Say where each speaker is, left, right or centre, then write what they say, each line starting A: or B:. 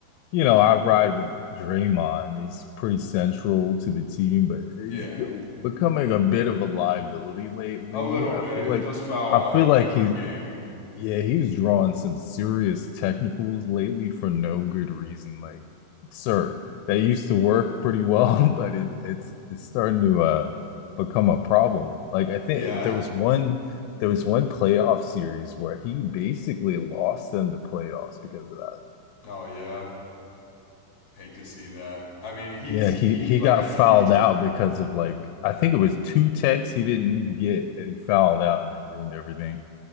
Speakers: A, on the left (about 85°); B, on the left (about 45°).
A: you know, I ride with Draymond. He's pretty central to the team, but he's
B: Yeah.
A: g- becoming a bit of a liability lately.
B: A little
A: I
B: bit.
A: feel like
B: He does foul
A: I feel
B: out like
A: like
B: every
A: he's
B: game.
A: Yeah, he's drawing some serious technicals lately for no good reason. Like, sir, that used to work pretty well, <laughs> but it, it's it's starting to uh become a problem. Like, I think
B: Yeah.
A: there was one there was one playoff series where he basically lost them the playoffs because of that.
B: Oh yeah. Hate to see that. I mean, he's
A: Yeah, he
B: he
A: he
B: like
A: got
B: I said,
A: fouled
B: he just
A: out
B: doesn't even
A: because
B: care.
A: of like I think it was two techs he didn't need to get, and he fouled out, and that ruined everything.